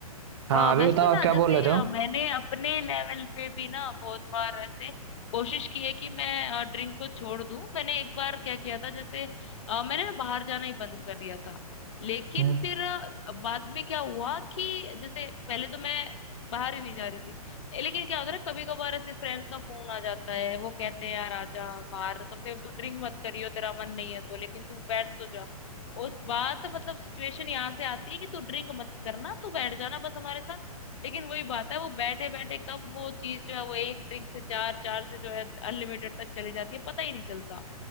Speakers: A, on the right; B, on the left.
A: हाँ
B: अ,
A: अभी
B: वैसे
A: बताओ
B: ना
A: आप क्या
B: जैसे
A: बोल रहे
B: अ,
A: थे
B: मैंने अपने लेवल पे भी ना बहुत बार ऐसे कोशिश की है कि मैं ड्रिंक को छोड़ दूं मैंने एक बार क्या किया था जैसे अ, मैंने ना बाहर जाना ही बंद कर दिया था लेकिन
A: हम्म
B: फिर अ, बाद में क्या हुआ कि जैसे पहले तो मैं बाहर ही नहीं जा रही थी लेकिन क्या होता है ना कभी कभार ऐसे फ्रेंड्स का फोन आ जाता है वो कहते हैं यार आजा बाहर कम से कम तू ड्रिंक मत करियो तेरा मन नहीं है तो लेकिन तू बैठ तो जा और बात मतलब सिचुएशन यहाँ से आती है कि तू ड्रिंक मत करना तू बैठ जाना बस हमारे साथ लेकिन वही बात है वो बैठे बैठे कब वो चीज जो है वो एक ड्रिंक से चार चार से जो है अनलिमिटेड तक चली जाती है पता ही नहीं चलता